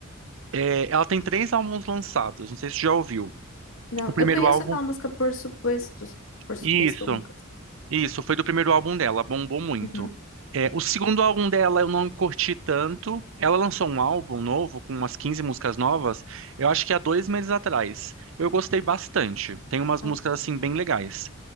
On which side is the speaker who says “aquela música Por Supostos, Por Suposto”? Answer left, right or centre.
Left